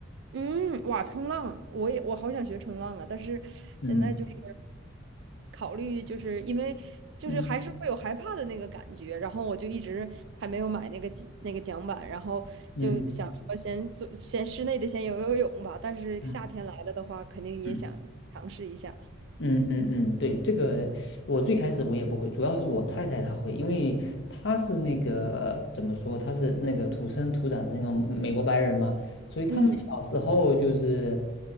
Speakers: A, on the right; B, on the left.
A: 嗯，哇，冲浪，我也我好想学冲浪啊，但是现在就是
B: 嗯
A: 考虑，就是因为就是还是会有害怕的那个感觉，
B: 嗯
A: 然后我就一直还没有买那个那个桨板，然后就想说先做先室内的先游游泳吧，
B: 嗯
A: 但是夏天来了的话，
B: 嗯
A: 肯定也想尝试一下。
B: 嗯嗯嗯嗯，对，这个我最开始我也不会，主要是我太太她会，因为她是那个怎么说，她是那个土生土长的那种美国白人嘛，所以他们小时候就是。
A: 嗯，